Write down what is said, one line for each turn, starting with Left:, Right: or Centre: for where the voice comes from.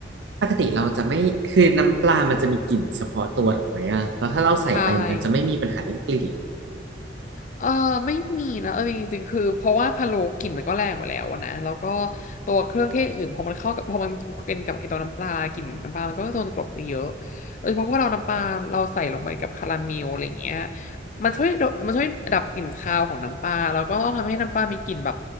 Right: ปกติเราจะไม่คือน้ำปลามันจะมีกลิ่นเฉพาะตัวถูกไหมอะแล้วถ้าเราใส่ไปมันจะไม่มีปัญหาเรื่องกลิ่นหรอ
Left: ใช่ เออไม่มีนะเออจริงๆคือเพราะว่าพะโล้กลิ่นมันก็แรงอยู่แล้วอะนะแล้วก็ตัวเครื่องเทศอื่นพอมันเข้ากับพอมันเป็นกับไอตัวน้ำปลากลิ่นน้ำปลามันก็โดนกลบไปเยอะโดยเฉพาะพอเราน้ำปลาเราใส่ลงไปกับคาราเมลอะไรอย่างเงี้ยมันช่วยดมันช่วยดับกลิ่นคาวของน้ำปลาแล้วก็ทำให้น้ำปลามีกลิ่นแบบ